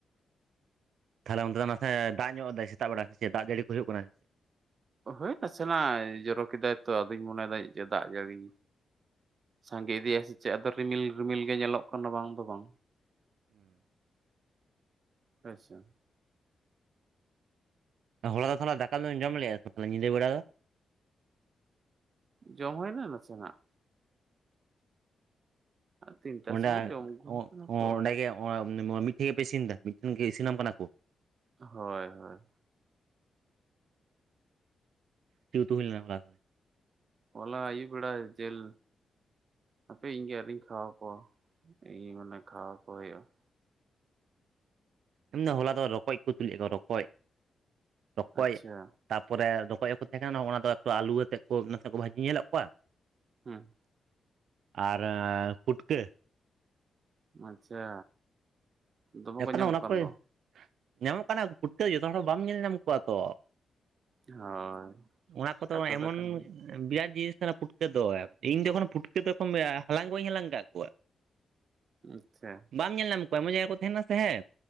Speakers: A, on the right; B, on the right.
A: ᱛᱟᱦᱚᱞᱮ ᱚᱱᱛᱮ ᱫᱚ ᱱᱟᱥᱮ ᱫᱟᱜ ᱧᱚᱜ ᱮᱜᱼᱟᱭ ᱥᱮᱛᱟᱜ ᱵᱮᱲᱟ ᱥᱮ ᱪᱮᱫ ᱫᱟᱜ ᱡᱟᱹᱲᱤ ᱠᱚ ᱦᱩᱭᱩᱜ ᱠᱟᱱᱟ ᱪᱮᱫ?
B: ᱦᱳᱭ ᱱᱟᱥᱮᱱᱟᱜ ᱡᱚᱨᱚ ᱠᱮᱫᱟᱭ ᱛᱚ ᱟᱫᱚᱧ ᱢᱚᱱᱮᱭ ᱫᱟᱹᱧ ᱫᱟᱜ ᱡᱟᱹᱲᱤ ᱥᱟᱸᱜᱮ ᱤᱫᱤᱭ ᱟ ᱥᱮ ᱪᱮᱫ ᱟᱫᱚ ᱨᱤᱢᱤᱞ ᱨᱤᱢᱤᱞ ᱜᱮ ᱧᱮᱞᱚᱜ ᱠᱟᱱᱟ ᱵᱟᱝ ᱫᱚ ᱵᱟᱝ
A: <unintelligible>
B: ᱟᱪᱪᱷᱟ
A: ᱦᱚᱞᱟ ᱫᱚ ᱛᱟᱦᱚᱞᱮ ᱫᱟᱠᱟ ᱫᱚ ᱵᱤᱱ ᱡᱚᱢ ᱞᱮᱜᱼᱟ ᱛᱚ ᱧᱤᱫᱟᱹ ᱵᱮᱲᱟ ᱫᱚ
B: ᱡᱚᱢ ᱦᱩᱭᱱᱟ ᱱᱟᱥᱮᱱᱟᱜ ᱛᱤᱱᱴᱟ
A: ᱚᱸᱰᱮ
B: ᱥᱚᱢᱚᱭ ᱡᱚᱢ ᱟᱹᱜᱩ
A: ᱚᱸᱰᱮ
B: ᱦᱩᱭ ᱠᱟᱱᱟ ᱛᱚ
A: ᱜᱮ ᱢᱤᱫᱴᱷᱮᱱ ᱜᱮᱯᱮ ᱤᱥᱤᱱ ᱫᱟ ᱢᱤᱫᱴᱷᱮᱱ ᱜᱮ ᱤᱥᱤᱱᱟᱢ ᱠᱟᱱᱟ ᱠᱚ
B: ᱦᱳᱭ ᱦᱳᱭ
A: ᱪᱤᱫ ᱩᱛᱩ ᱦᱩᱭ ᱞᱮᱱᱟ ᱦᱚᱞᱟ
B: ᱦᱚᱞᱟ ᱟᱭᱩᱵ ᱵᱮᱲᱟ ᱡᱤᱞ ᱦᱟᱯᱮ ᱤᱧ ᱜᱮ ᱟᱣᱨᱤᱧ ᱠᱷᱟᱣᱟᱣ ᱠᱚᱣᱟ ᱛᱤᱦᱤᱧ ᱢᱟᱱᱮ ᱠᱷᱟᱣᱟ ᱠᱚ ᱦᱩᱭᱩᱜᱼᱟ
A: ᱤᱧ ᱫᱚ ᱦᱚᱞᱟ ᱫᱚ ᱨᱚᱠᱚᱡ ᱠᱚ ᱛᱩᱛᱩ ᱞᱮᱫ ᱠᱚᱣᱟ ᱨᱚᱠᱚᱡ, ᱨᱚᱠᱚᱡ,
B: ᱟᱪᱪᱷᱟ
A: ᱛᱟᱯᱚᱨᱮ ᱨᱚᱠᱚᱡᱚᱜ ᱦᱚᱠᱚ ᱛᱟᱦᱮᱸ ᱠᱟᱱᱟ ᱚᱱᱟ ᱫᱚ ᱮᱠᱴᱩ ᱟᱹᱞᱩ ᱟᱛᱮᱫ ᱠᱚ ᱱᱟᱥᱮ ᱠᱚ ᱵᱷᱟᱹᱡᱤ ᱧᱮᱞᱮᱫ ᱠᱚᱣᱟ,
B: ᱦᱩᱸ
A: ᱟᱨ ᱯᱩᱴᱠᱟᱹ
B: ᱟᱪᱪᱷᱟ ᱫᱚᱢᱮ
A: ᱮᱠᱷᱟᱱ
B: ᱧᱟᱢᱚᱜ
A: ᱫᱚ ᱚᱱᱟ
B: ᱠᱟᱱ
A: ᱠᱚ ᱧᱟᱢᱚᱜ ᱠᱟᱱᱟ ᱯᱷᱩᱴᱠᱟᱹ ᱡᱚᱛᱚ ᱦᱚᱲ ᱵᱟᱢ ᱧᱮᱞ ᱧᱟᱢ ᱠᱚᱣᱟ ᱛᱚ
B: ᱦᱳᱭ
A: ᱚᱱᱟ ᱠᱚᱫᱚ
B: ᱠᱟᱛᱷᱟ
A: ᱮᱢᱚᱱ
B: ᱫᱚ ᱠᱟᱱ ᱜᱮᱭᱟ
A: ᱵᱤᱨᱟᱴ ᱡᱤᱱᱤᱥ ᱠᱟᱱᱟ ᱯᱷᱩᱴᱠᱟᱹ ᱫᱚ ᱤᱧ ᱡᱚᱠᱷᱚᱱ ᱯᱷᱩᱴᱠᱟᱹ ᱫᱚᱠᱚ <inaudible> ᱦᱟᱞᱟᱝ ᱵᱟᱹᱧ ᱦᱟᱞᱟᱝ ᱟᱠᱟᱫ ᱠᱚᱣᱟ,
B: ᱟᱪᱪᱷᱟ
A: ᱵᱟᱢ ᱧᱮᱞ ᱧᱟᱢ ᱠᱚᱣᱟ ᱮᱢᱚᱱ ᱡᱟᱭᱜᱟ ᱠᱚ ᱛᱟᱦᱮᱱᱟ ᱥᱮ ᱦᱮᱸ᱾